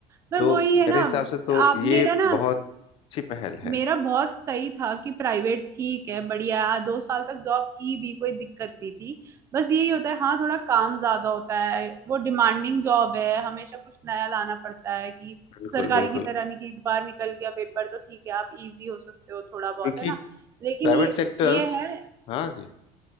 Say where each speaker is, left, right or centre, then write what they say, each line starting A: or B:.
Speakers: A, on the right; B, on the left.
A: पर
B: तो
A: वही
B: मेरे
A: है ना
B: हिसाब से तो
A: आप
B: ये
A: मेरा ना
B: बहुत अच्छी पहल है
A: मेरा बहुत सही था कि प्राइवेट ठीक है बढ़िया है दो साल तक जॉब की भी कोई दिक्कत नहीं थी बस यही होता है हाँ थोड़ा काम ज्यादा होता है वो डिमांडिंग जॉब है हमेशा कुछ नया लाना पड़ता है कि
B: बिल्कुल
A: सरकारी
B: बिल्कुल
A: की तरह नहीं कि एक बार निकल गया पेपर तो ठीक है आप इजी हो सकते हो थोड़ा बहुत
B: क्योंकि
A: है ना लेकिन
B: प्राइवेट
A: ये
B: सेक्टर्स
A: ये है
B: हाँ जी